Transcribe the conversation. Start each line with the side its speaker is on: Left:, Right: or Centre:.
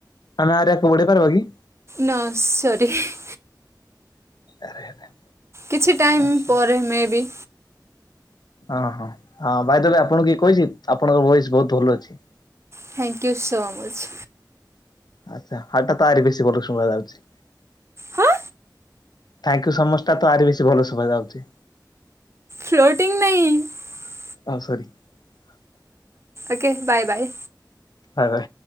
Left: ଆମେ ଆରେୟା କୁ ବୁଡି ପାରିବ କି?
Right: ନୋ ସରି ହି <inaudible>
Left: ଆରେ ଆରେ
Right: କିଛି ଟାଇମ
Left: ଆଚ୍ଛା
Right: ପରେ ମେ ବି
Left: ଅଁ ହଁ ହଁ ବାଇଦବେ ଆପଣ କିଏ କହିଚି? ଆପଣଙ୍କର ଭଏସ ବହୁତ ଭଲ ଅଛି। <inaudible>
Right: Thank you so much.
Left: ଆଚ୍ଛା ହାଟ୍ ଟା ତାରି ବେଶୀ ଭଲ ଶୁଣାଯାଉଚି।
Right: ହଁ
Left: ଥାଙ୍କୟୁ ସୋମଚ ତା ଟ ଆରି ବେଶୀ ଭଲ ଶୁଭାଯାଉଚି।
Right: ଫ୍ଲୋଟିଂ। <unintelligible>
Left: ଓ ସରି <inaudible>
Right: okay bye bye.
Left: Bye bye.